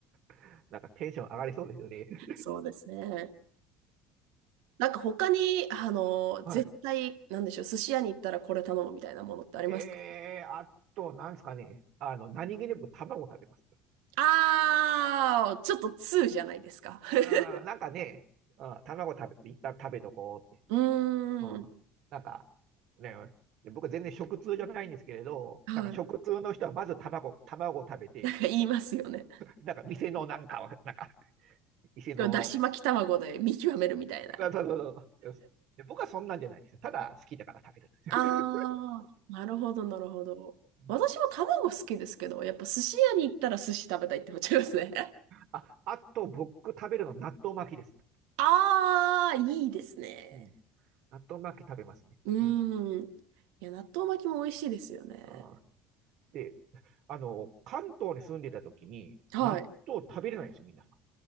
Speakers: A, on the right (about 60°); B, on the right (about 80°).
A: あ、なんかテンション上がりそうですよね。<laughs>
B: そうですね。なんか、他に、あの、
A: は
B: 絶対、なんでしょう。寿司屋に行ったらこれ頼むみたいなものってありますか
A: い。えー、あと、なんですかね。あの、何気なく卵食べます。
B: あー、ちょっと通じゃないですか。
A: いやー、
B: <laughs>
A: なんかね、うん卵食べ、一旦食べとこうって。
B: うーん。
A: うん、なんか、ね、で僕全然食通じゃないんですけれど、
B: はい。
A: なんか食通の人はまず卵、卵を食べて、
B: <laughs> なんか言いますよね。
A: なんか店のなんかを、なんか、店の、
B: これだし巻き卵で見極めるみたいな。
A: そうそうそうそうで僕はそんなんじゃないんですよ。ただ好きだから食べるんですよ。
B: ああ、なるほど、なるほど。
A: <laughs>
B: 私も卵好きですけど、
A: うん
B: やっぱ寿司屋に行ったら寿司食べたいって思っちゃいますね。
A: あ、あと僕食べるのは納豆巻きです。
B: <laughs> ああ、いいですね。
A: うん。納豆巻き食べますね。
B: う
A: はい
B: ーん。いや、納豆巻きも美味しいですよね。
A: あ、で、あの、関東に住んでた時に納豆食べれないんですよ、
B: はい。
A: みんなさ